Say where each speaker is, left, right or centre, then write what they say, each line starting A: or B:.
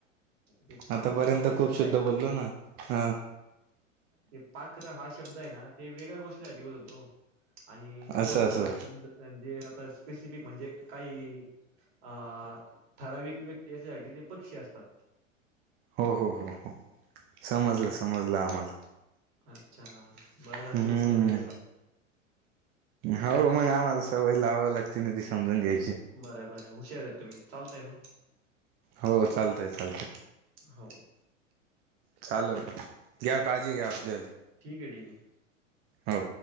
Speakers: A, on the right; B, on the right.
A: ते
B: आतापर्यंत
A: पाखर हा
B: खूप
A: शब्द
B: शुद्ध
A: आहे
B: बोललो ना हा
A: हे पाक्र हा शब्द ते वेगळ्या गोष्टीसाठी होत होतो आणि जो
B: असं असं
A: शब्दे स्पेसिफिक म्हणजे काही अ ठराविक व्यक्ती याच्यासाठी ते पक्षी असात तक
B: हो हो हो हो समजलं समजलं आम्हाला
A: अच्छा बरं झार
B: हम्म
A: तुम्ही समजून घेता
B: हो मग आम्हाला सवय लावाव लागते ना ती समजून घ्यायची
A: बर बर हुशार आहेत तुम्ही चालताय मग
B: हो चालतय चालतय
A: हो
B: चालेल घ्या काळजी घ्या आपली हली
A: ठीक आहे ठीक आहे
B: हो